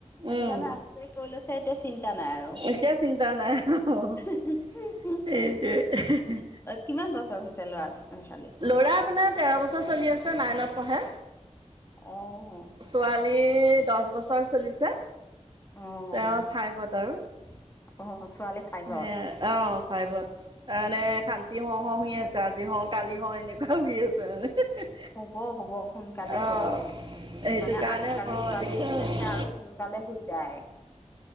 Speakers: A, on the left; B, on the right.
A: সেইটো
B: উম
A: কাৰণে আ <unintelligible> কৰি লৈছে এতিয়া চিন্তা নাই আৰু।
B: এতিয়া চিন্তা নাই, <unintelligible>
A: <unintelligible>
B: সেইটোৱে,
A: কিমান বছৰ হৈছে ল'ৰা খালি
B: ল'ৰা আপোনাৰ তেৰ বছৰ চলি আছে নাইনত পঢ়ে,
A: অঁ
B: ছোৱালীৰ দচ বছৰ চলিছে।
A: অঁ
B: তেওঁ ফাইভত আৰু এ
A: অঁ ছোৱালী ফাইভত
B: অ', ফাইভত। তাৰমানে শান্তি হওঁ- হওঁ হৈ আছে, আজি হওঁ কালি হওঁ এনেকুৱা হৈ আছে মানে।
A: হ'ব- হ'ব সোনকালে
B: অ
A: হ'ব।
B: সেইটো
A: মানে
B: কাৰণে
A: আজিকালি
B: অকমান
A: ছোৱালী
B: দিগদাৰ
A: বিশেষকে
B: হৈছে।
A: আৰু সোনকালে হৈ যায়।